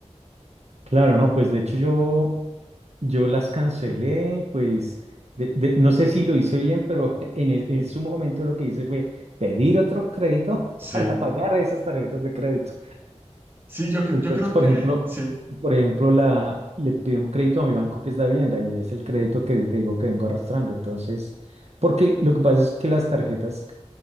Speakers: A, on the right; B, on the right.
A: Claro, no, pues de hecho yo, yo las cancelé, pues de- de- no sé si lo hice bien, pero <laughs> en, el- en su momento lo que hice fue pedir otro crédito
B: Sí,
A: <laughs> para pagar esas tarjetas de crédito.
B: sí, yo, cre-
A: Entonces,
B: yo creo
A: por
B: que
A: ejemplo,
B: sí.
A: por ejemplo, la, le pido un crédito a mi banco que es de vivienda y es el crédito que te digo que vengo arrastrando. Entonces, porque lo que pasa es que las tarjetas